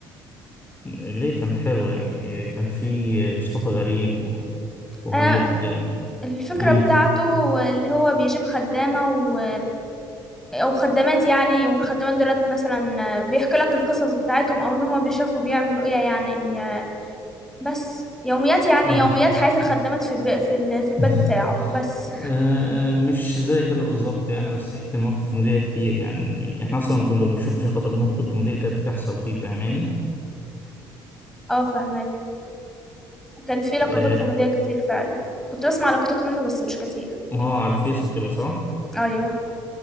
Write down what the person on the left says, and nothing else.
ليه كان حلو يعني كان في مصطفى غريب و... وماجد
امم
اه
<laughs>
آه، مش زي كده بالظبط يعني بس في كان مواقف كوميدية كتير يعني احنا اصلا كنا بنشوف عشان خاطر المواقف الكوميدية كانت بتحصل فيه فاهماني
اه
آه، على الفيس وكده صح